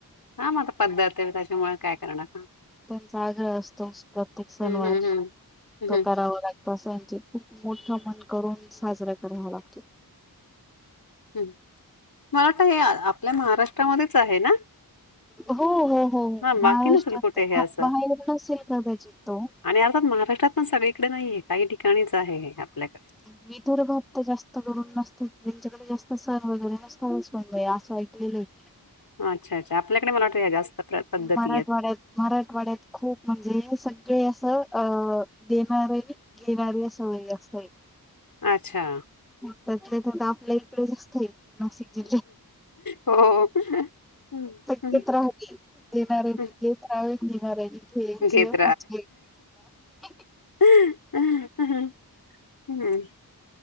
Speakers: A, on the left (about 65°); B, in the centre.
A: हा मग आता पद्धत आहे त्याच्यामुळे काय करणार.
B: त्यांचा आग्रह असतो प्रत्येक सनवार
A: हं, हं, हं. हं,
B: तो करावा लागतो. तसाचे खूप मोठ मन करून साजरा करावा लागतो.
A: ह् मला तर हे आपल्या महाराष्ट्रामध्येच आहे ना.
B: हो हो हो हो
A: हां, बाकी
B: महाराष्ट्रात
A: नसेल कुठे हे असं.
B: बाहेर नसेल कदाचित तो.
A: आणि आताात महाराष्ट्रात पण सगळीकडे नाहीये काही ठिकाणीच आहे आपल्याकडे.
B: विदर्भात तर जास्त करुन नसते त्यांच्याकडे जास्त सण वगैरे नसतात असं ऐक <unintelligible>
A: अच्छा अच्छा आपल्याकडे मला वाटते जास्त प्र
B: लाईक
A: पद्धती
B: मराठवाड्यात
A: आहेत.
B: मराठवाड्यात खूप म्हणजे सगळे असं अ देणारे घेणाऱ्या सवयी जास्त आहेत.
A: अच्छा
B: त्यातल्या त्यात तर आपल्या इकडे नसते नाशिक
A: हो हं, हं,
B: <unintelligible> <inaudible> राहुदे देणाऱ्या
A: हं.
B: देत रहावे घेणाऱ्या ने
A: घेत
B: <unintelligible> <inaudible>
A: ह हम्म‌‍‌‍‍